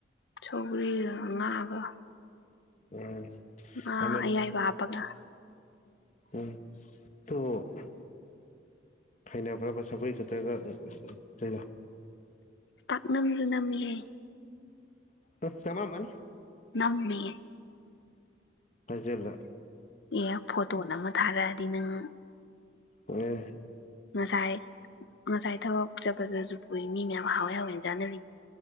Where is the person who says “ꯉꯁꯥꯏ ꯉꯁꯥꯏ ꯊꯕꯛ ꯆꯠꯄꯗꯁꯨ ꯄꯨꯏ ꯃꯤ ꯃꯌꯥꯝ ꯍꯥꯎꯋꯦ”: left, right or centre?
Left